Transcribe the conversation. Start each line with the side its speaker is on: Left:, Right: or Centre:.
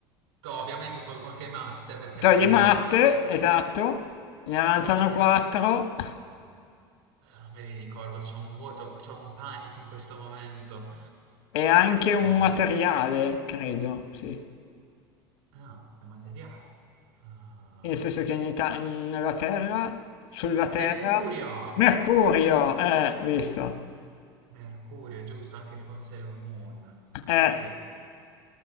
Right: To- ovviamente tolgo anche Marte perché
Left: togli
Right: non è Marte.
Left: Marte, esatto, ne avanzano
Right: Eh,
Left: quattro
Right: Non me li ricordo, c'ho un vuoto, c'ho un panico in questo momento.
Left: e anche un
Right: Eh,
Left: materiale, credo, sì.
Right: Ah, è materiale. Ah,
Left: Nel senso che in Ita- nella Terra, sulla Terra,
Right: Mercurio!
Left: Mercurio, eh, visto,
Right: Mercurio, giusto, anche con Sailor Moon.
Left: eh,
Right: Ok.